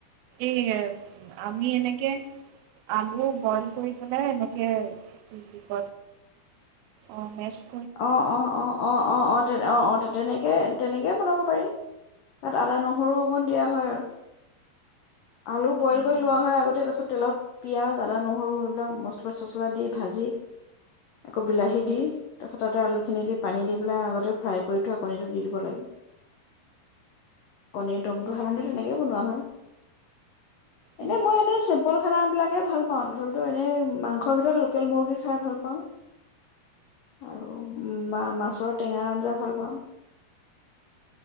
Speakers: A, on the right; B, on the left.
A: এ আমি এনেকে আলু বইল কৰি পেলাই এনেকে ব অ মে <unintelligible>
B: অ-অ-অ-অ-অ-অ। অঁ' তেনেকে-তেনেকে বনাব পাৰি তাত আদা নহৰু অকণ দিয়া হয় আৰু। আলু বইল
A: উম,
B: কৰি লোৱা হয় আগতে তাৰপিছত তেলত পিঁয়াজ আদা-নহৰু এইবিলাক মচলা চচলা দি ভাজি আকৌ বিলাহী
A: উম,
B: দি, ততে আলুখিনি দি পানী দি পেলাই আগতে ফ্ৰাই কৰি থোৱা কণীটো দি দিব লাগে কণীৰ দমটো
A: উম,
B: সাধাৰণতে
A: উম।
B: তেনেকেই বনোৱা হয়
A: তুমি
B: এনে মই এদ চিম্পুল খানাবিলাকে ভাল পাওঁ। তথাপিতো এনেই মাংসৰ ভিতৰত লোকেল মুৰ্গী খাই ভাল পাওঁ। আৰু মাছৰ টেঙা আঞ্জা ভাল পাওঁ।